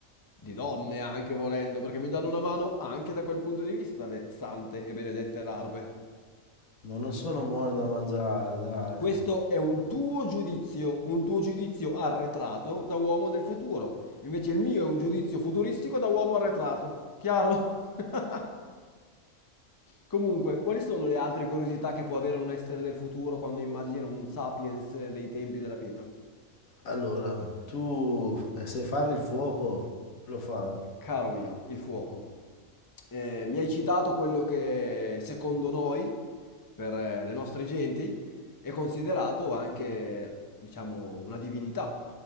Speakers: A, on the left (about 20°); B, on the left (about 80°).
A: di donne anche volendo, perché mi danno una mano anche da quel punto di vista le sante e benedette larve.
B: Ma non sono buone da mangiare, dai.
A: Questo è un tuo giudizio, un tuo giudizio arretrato da uomo del futuro. Invece il mio è un giudizio futuristico da uomo arretrato. Chiaro? <laughs> Comunque, quali sono le altre curiosità che può avere un essere del futuro quando immagina un sapiens dei tempi della pietra?
B: Allora, tu f- eh, sai fare il fuoco? Lo fai?
A: Caro mio, il fuoco. Eh, mi hai citato quello che secondo noi, per eh, le nostre genti, è considerato anche, diciamo, una divinità.